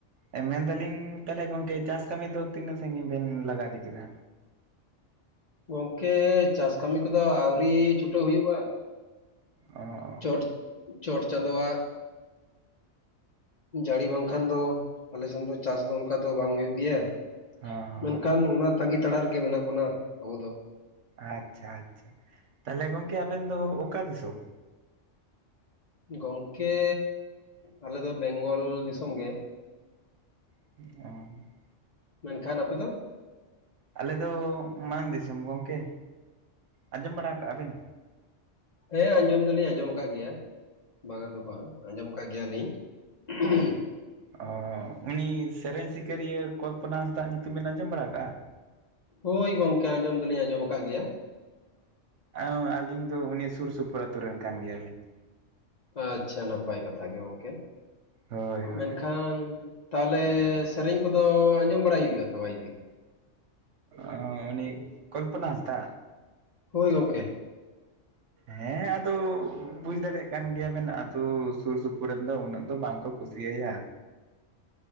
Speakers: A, on the right (about 75°); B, on the left (about 35°).
A: ᱮᱸ ᱢᱮᱱᱫᱟᱞᱤᱧ ᱛᱟᱦᱚᱞᱮ ᱜᱚᱢᱠᱮ ᱪᱟᱥ ᱠᱟᱹᱢᱤ ᱫᱚ ᱛᱤᱱᱟᱹᱜ ᱥᱟᱺᱜᱤᱧ ᱵᱮᱱ ᱞᱟᱜᱟ ᱤᱫᱤ ᱠᱮᱫᱟ?
B: ᱜᱚᱢᱠᱮ ᱪᱟᱥ ᱠᱟᱹᱢᱤ ᱠᱚᱫᱚ ᱟᱹᱣᱨᱤ ᱪᱷᱩᱴᱟᱹᱣ ᱦᱩᱭᱩᱜᱼᱟ᱾
A: ᱚ ᱚ
B: ᱪᱚᱴ ᱪᱚᱴ ᱪᱟᱸᱫᱚᱼᱟ᱾ ᱡᱟᱹᱲᱤ ᱵᱟᱝᱠᱷᱟᱱ ᱫᱚ ᱟᱞᱮᱥᱱ ᱫᱚ ᱪᱟᱥ ᱫᱚ ᱚᱱᱠᱟ ᱫᱚ ᱵᱟᱝ ᱦᱩᱭᱩᱜ ᱜᱮᱭᱟ᱾
A: ᱦᱚᱸ ᱦᱚᱸ
B: ᱢᱮᱱᱠᱷᱟᱱ ᱚᱱᱟ ᱛᱟᱸᱜᱤ ᱛᱟᱲᱟ ᱨᱮᱜᱮ ᱢᱮᱱᱟᱜ ᱵᱚᱱᱟ ᱟᱵᱚ ᱫᱚ ᱾
A: ᱟᱪᱪᱷᱟ ᱟᱪᱪᱷᱟ ᱛᱟᱦᱞᱮ ᱜᱚᱢᱠᱮ ᱟᱵᱮᱱ ᱫᱚ ᱚᱠᱟ ᱫᱤᱥᱚᱢ?
B: ᱜᱚᱢᱠᱮ ᱟᱞᱮ ᱫᱚ ᱵᱮᱝᱜᱚᱞ ᱫᱤᱥᱚᱢ ᱜᱮ᱾
A: ᱚ
B: ᱢᱮᱱᱠᱷᱟᱱ ᱟᱯᱮ ᱫᱚ?
A: ᱟᱞᱮ ᱫᱚ ᱢᱟᱱ ᱫᱤᱥᱚᱢ ᱜᱚᱢᱠᱮ, ᱟᱸᱡᱚᱢ ᱵᱟᱲᱟ ᱟᱠᱟᱜᱼᱟ ᱵᱮᱱ?
B: ᱦᱮᱸ ᱟᱸᱡᱚᱢ ᱫᱚᱞᱤᱧ ᱟᱸᱡᱚᱢ ᱟᱠᱟᱫ ᱜᱮᱭᱟ ᱵᱟᱝᱟ ᱫᱚ ᱵᱟᱝ ᱟᱸᱡᱚᱢ ᱟᱠᱟᱫ ᱜᱮᱭᱟᱞᱤᱧ <unintelligible>
A: ᱚ ᱩᱱᱤ ᱥᱮᱨᱮᱧ ᱥᱤᱠᱟᱹᱨᱤᱭᱟᱹ ᱠᱚᱞᱯᱚᱱᱟ ᱦᱟᱸᱥᱫᱟ ᱧᱩᱛᱩᱢ ᱵᱮᱱ ᱟᱸᱡᱚᱢ ᱵᱟᱲᱟ ᱟᱠᱟᱜᱼᱟ?
B: ᱦᱳᱭ ᱜᱚᱢᱠᱮ ᱟᱸᱡᱚᱢ ᱫᱚᱞᱤᱧ ᱟᱸᱡᱚᱢ ᱟᱠᱟᱫ ᱜᱮᱭᱟ᱾
A: ᱚ ᱟᱹᱞᱤᱧ ᱫᱚ ᱩᱱᱤ ᱥᱩᱨ ᱥᱩᱯᱩᱨ ᱟᱛᱩ ᱨᱮᱱ ᱠᱟᱱ ᱜᱮᱭᱟᱞᱤᱧ ᱾
B: ᱟᱪᱪᱷᱟ ᱱᱟᱯᱟᱭ ᱠᱟᱛᱷᱟ ᱜᱮ ᱜᱚᱝᱠᱮ
A: ᱦᱳᱭ ᱦᱳᱭ
B: ᱢᱮᱱᱠᱷᱟᱱ ᱛᱟᱦᱚᱞᱮ ᱥᱮᱨᱮᱧ ᱠᱚᱫᱚ ᱟᱸᱡᱚᱢ ᱵᱟᱲᱟᱭ ᱦᱩᱭᱩᱜᱼᱟ ᱛᱚ ᱵᱷᱟᱭᱜᱮ
A: ᱚ ᱩᱱᱤ ᱠᱚᱞᱯᱱᱟ ᱦᱟᱸᱥᱫᱟ
B: ᱦᱳᱭ ᱜᱚᱢᱠᱮ
A: ᱦᱮᱸ ᱟᱫᱚ ᱵᱩᱡᱽ ᱫᱟᱲᱮᱭᱟᱜ ᱠᱟᱱ ᱜᱮᱭᱟ ᱵᱮᱱ ᱟᱛᱩ ᱥᱩᱨ ᱥᱩᱯᱩᱨ ᱨᱮᱱ ᱫᱚ ᱩᱱᱟᱹᱜ ᱫᱚ ᱵᱟᱝ ᱠᱚ ᱠᱩᱥᱤ ᱠᱩᱥᱤᱭᱟᱭᱟ